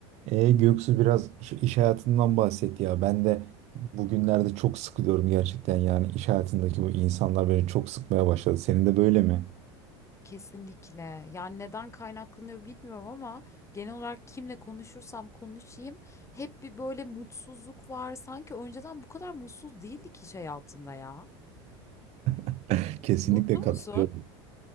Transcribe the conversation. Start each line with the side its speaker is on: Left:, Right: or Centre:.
Right: E, Göksu biraz şu iş hayatından bahset ya. Ben de bugünlerde çok sıkılıyorum gerçekten. Yani iş hayatındaki bu insanlar beni çok sıkmaya başladı. Senin de böyle mi?
Left: Kesinlikle. Yani neden kaynaklanıyor bilmiyorum ama genel olarak kimle konuşursam konuşayım hep bir böyle mutsuzluk var. Sanki önceden bu kadar mutsuz değildik iş hayatında ya.
Right: <laughs> Kesinlikle
Left: Mutlu
Right: katılıyorum.
Left: musun?